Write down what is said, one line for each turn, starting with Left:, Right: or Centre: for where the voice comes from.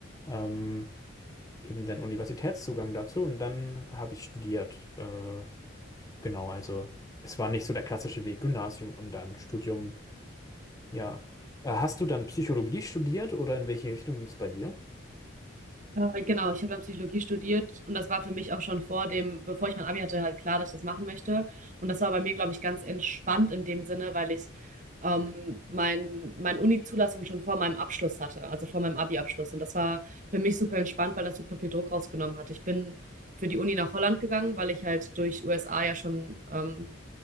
Left: ähm, eben den Universitätszugang dazu und dann habe ich studiert. Äh, genau, also es war nicht so der klassische Weg, Gymnasium und dann Studium. Ja, äh, hast du dann Psychologie studiert oder in welche Richtung ging es bei dir?
Right: Äh, genau, ich habe dann Psychologie studiert und das war für mich auch schon vor dem, bevor ich mein Abi hatte, halt klar, dass ich das machen möchte. Und das war bei mir, glaube ich, ganz entspannt in dem Sinne, weil ich ähm, mein, meine Uni-Zulassung schon vor meinem Abschluss hatte, also vor meinem Abi-Abschluss. Und das war für mich super entspannt, weil das super viel Druck rausgenommen hat. Ich bin für die Uni nach Holland gegangen, weil ich halt durch USA ja schon ähm,